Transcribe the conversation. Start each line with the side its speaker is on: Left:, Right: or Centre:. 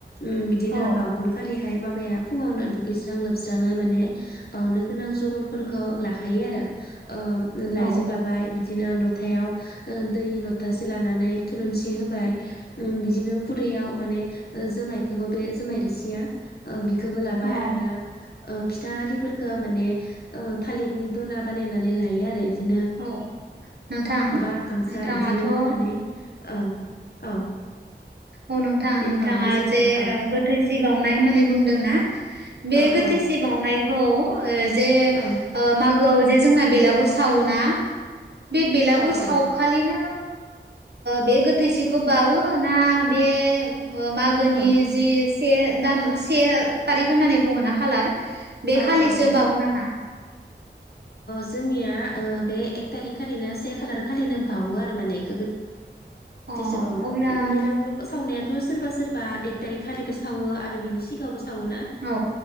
Left: उम बिदिनो
Right: औ
Left: बावगोन खालिहाय बाबाया फुङावनो दुगैस्रां लोबस्राङै माने बावनो गोनां जुगलफोरखौ लाखायो आरो ओ
Right: औ
Left: लाइजौ लाबाय बि दिनो लथायाव ओ दै लथासे लानानै थुलुनसि होबाय उम बिदिनो खुरैयाव माने ओ जोमायखोबो बे जोमाय रिसिया ओ बिखौबो लाबाय
Right: औ
Left: आरो ओ फिथा आरिफोरखो माने ओ थालिरनि दना बानायनानै लायो आरो इदि इनो
Right: औ नोंथां
Left: बा गामसा
Right: नोंथाङाथ'
Left: इदिनो होनानै औ औ
Right: औ नोंथां
Left: बिदिनो
Right: नोंथाङा
Left: बाउनाय जायो
Right: जे
Left: आरो
Right: गोथै सि बावनाय होननानै बुंदोना बे
Left: औ
Right: गोथैसि
Left: औ
Right: बावउनायखौ ओ जे ओ
Left: औ
Right: मागोआव जे जोंना बेलागुर सावोना बे बेलागुर
Left: औ
Right: साव
Left: औ
Right: खालिनो बे गोथैसिखौ बावो ना बे मागोनि
Left: औ
Right: जि से दान से थारिख होननानै बुङो ना खालार बे
Left: औ
Right: खालिसो
Left: औ
Right: बावो नामा
Left: जोंनिया बे एक थारिख खालिनो से खालार खालिनो बावो आरो माने बे
Right: अ
Left: थैसे बावला
Right: अब्ला
Left: बेला गुरु सावनायाथ' सोरबा सोरबा एक थारिक खालिबो सावो आरो बिनि सिगाङावबो सावो ना
Right: औ